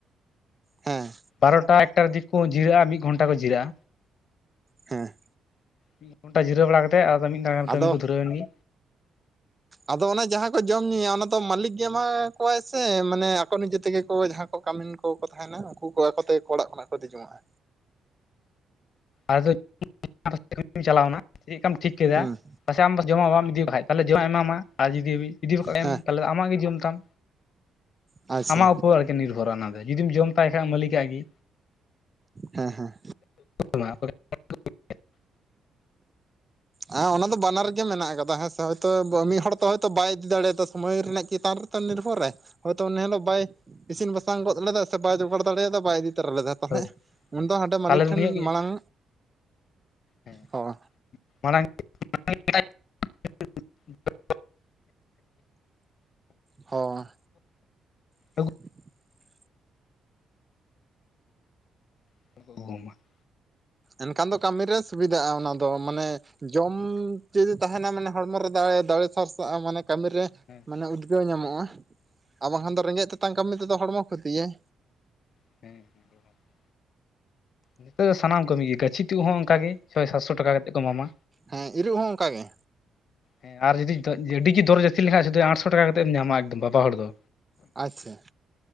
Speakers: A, on the right (about 25°); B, on the left (about 65°).
A: ᱦᱮᱸᱻ
B: ᱵᱟᱨᱚᱴᱟ ᱮᱠᱴᱟ ᱫᱤᱠ ᱠᱚ ᱡᱤᱨᱟᱹᱜ-ᱟ ᱢᱤᱫ ᱜᱷᱚᱱᱴᱟ ᱠᱚ ᱡᱤᱨᱟᱹᱜ-ᱟ,
A: ᱦᱮᱸ
B: ᱢᱤᱫ ᱜᱷᱚᱱᱴᱟ ᱡᱤᱨᱟᱹᱣ ᱵᱟᱲᱟ ᱠᱟᱛᱮᱫ ᱟᱫᱚ ᱢᱤᱫ ᱫᱷᱟᱣ ᱜᱟᱱ
A: ᱟᱫᱚ
B: ᱠᱟᱹᱢᱤ ᱠᱚ ᱫᱷᱩᱨᱟᱹᱣ ᱮᱱ ᱜᱮ᱾
A: ᱟᱫᱚ ᱚᱱᱮ ᱡᱟᱦᱟᱸ ᱠᱚ ᱡᱚᱢ ᱧᱩᱭᱟ ᱚᱱᱟ ᱫᱚ ᱢᱟᱹᱞᱤᱠ ᱜᱮ ᱮᱢᱟ ᱠᱚᱣᱟᱭ ᱥᱮ ᱢᱟᱱᱮ ᱟᱠᱚ ᱱᱤᱡᱮ ᱛᱮᱜᱮ ᱠᱚ ᱡᱟᱸᱦᱟᱸ ᱠᱟᱹᱢᱤᱱ ᱠᱚ ᱠᱚ ᱛᱟᱦᱮᱱᱟ ᱩᱱᱠᱩ ᱠᱚ ᱟᱠᱚ ᱛᱮᱜᱮ ᱠᱚ ᱚᱲᱟᱜ ᱠᱷᱚᱱᱟᱜ ᱠᱚ ᱫᱤ ᱡᱚᱢᱚᱜᱼᱟ᱾
B: ᱟᱫᱚ <unintelligible> ᱪᱟᱞᱟᱣᱱᱟ ᱪᱮᱜᱽ ᱞᱮᱠᱟᱢ ᱴᱷᱤᱠ ᱠᱮᱫᱟ?
A: ᱦᱩᱸ
B: ᱯᱟᱥᱮ ᱟᱢ ᱡᱚᱢᱟᱜ ᱵᱟᱢ ᱤᱫᱤ ᱵᱟᱠᱟᱡ ᱛᱟᱞᱮ ᱡᱚᱢᱟᱜ ᱮᱢᱟᱢᱟ ᱟᱨ ᱡᱩᱫᱤ ᱤᱫᱤ ᱵᱟᱠᱟᱜᱡᱮᱢ
A: ᱦᱮᱸ
B: ᱛᱟᱦᱚᱞᱮ ᱟᱢᱟᱜ ᱜᱮ ᱡᱚᱢ ᱛᱟᱢ
A: ᱟᱪᱪᱷᱟ
B: ᱟᱢᱟᱜ
A: ᱦᱮᱸ
B: ᱩᱯᱚᱨ ᱟᱨᱠᱤ ᱱᱤᱨᱵᱷᱚᱨᱚᱜᱼᱟ ᱚᱱᱟ ᱫᱚ, ᱡᱩᱫᱤᱢ ᱡᱚᱢ ᱛᱟᱭ ᱠᱷᱟᱡ ᱢᱟᱹᱞᱤᱠᱟᱜ ᱜᱮ᱾
A: ᱦᱮᱸ ᱦᱮᱸ
B: ᱚᱱᱟ ᱦᱚᱸ ᱯᱟᱞᱮ <unintelligible>
A: ᱦᱮᱸ ᱚᱱᱟ ᱫᱚ ᱵᱟᱱᱟᱨ ᱜᱮ ᱢᱮᱱᱟᱜ ᱟᱠᱟᱫᱟ ᱦᱮᱸᱥᱮ ᱦᱳᱭᱛᱚ ᱢᱤᱫ ᱦᱚᱲ ᱫᱚ ᱦᱳᱭᱛᱚ ᱵᱟᱭ ᱤᱫᱤ ᱫᱟᱲᱮᱭᱟᱫᱟ ᱥᱚᱢᱚᱭ ᱨᱮᱱᱟᱜ ᱪᱮᱛᱟᱨ ᱚᱱᱟ ᱪᱮᱛᱟᱱ ᱱᱤᱨᱵᱷᱚᱨ ᱨᱮ ᱦᱚᱭᱛᱚ ᱩᱱ ᱦᱤᱞᱳᱜ ᱵᱟᱭ ᱤᱥᱤᱱ ᱵᱟᱥᱟᱝ ᱜᱚᱫ ᱞᱮᱫᱟ ᱥᱮ ᱵᱟᱭ ᱡᱚᱜᱟᱲ ᱫᱟᱲᱮᱭᱟᱫᱟ ᱵᱟᱭ ᱤᱫᱤ ᱛᱚᱨᱟ ᱞᱮᱫᱟ᱾ ᱛᱟᱦᱚᱞᱮ
B: ᱦᱳᱭ
A: ᱩᱱ ᱫᱚ ᱦᱟᱸᱰᱮ ᱢᱟᱹᱞᱤᱠ
B: ᱛᱟᱦᱚᱞᱮ
A: ᱴᱷᱮᱱ
B: ᱩᱱᱤᱭᱟᱜ ᱜᱮ
A: ᱢᱟᱲᱟᱝ
B: ᱦᱮᱸ
A: ᱦᱚᱸ
B: <unintelligible>
A: ᱦᱚᱸ <inaudible>
B: ᱟᱹᱜᱩ <unintelligible>
A: ᱮᱱᱠᱷᱟᱱ ᱫᱚ ᱠᱟᱹᱢᱤ ᱨᱮ ᱥᱩᱵᱤᱫᱷᱟᱜᱼᱟ ᱚᱱᱟ ᱫᱚ, ᱢᱟᱱᱮ ᱡᱚᱢ ᱡᱩᱫᱤ ᱛᱟᱦᱮᱱᱟ ᱢᱟᱱᱮ ᱦᱚᱲᱢᱚ ᱨᱮ ᱫᱟᱲᱮ, ᱫᱟᱲᱮ ᱥᱟᱨᱥᱟᱜᱼᱟ ᱢᱟᱱᱮ ᱠᱟᱹᱢᱤ ᱨᱮ
B: ᱦᱮᱸ
A: ᱢᱟᱱᱮ ᱩᱫᱽᱜᱟᱹᱣ ᱧᱟᱢᱚᱜᱼᱟ ᱟᱨ ᱵᱟᱝᱠᱷᱟᱱ ᱫᱚ ᱨᱮᱸᱜᱮᱡ ᱛᱮᱛᱟᱝ ᱠᱟᱹᱢᱤ ᱛᱮᱫᱚ ᱦᱚᱲᱢᱚ ᱠᱷᱚᱛᱤᱭᱟᱭ᱾
B: <unintelligible> ᱱᱤᱛᱚᱜ ᱫᱚ ᱥᱟᱱᱟᱢ ᱠᱟᱹᱢᱤ ᱜᱮ ᱜᱟᱹᱪᱷᱤ ᱛᱩᱫ ᱦᱚᱸ ᱚᱱᱠᱟᱜ ᱜᱮ ᱪᱷᱚᱭ ᱥᱟᱛᱥᱚ ᱴᱟᱠᱟ ᱠᱟᱛᱮᱫ ᱠᱚ ᱮᱢᱟᱢᱟ᱾
A: ᱦᱮᱸ ᱤᱨᱚᱜ ᱦᱚᱸ ᱚᱱᱠᱟ ᱜᱮ᱾
B: ᱦᱮᱸ ᱟᱨ ᱡᱩᱫᱤ <unintelligible> ᱫᱚᱨ ᱡᱟᱹᱥᱛᱤ ᱞᱮᱠᱷᱟᱱ ᱥᱩᱫᱩ ᱟᱴᱥᱚ ᱴᱟᱠᱟ ᱠᱟᱛᱮ ᱮᱢ ᱧᱟᱢᱟ ᱮᱠᱫᱚᱢ ᱵᱟᱵᱟ ᱦᱚᱲ ᱫᱚ᱾
A: ᱟᱪᱪᱷᱟ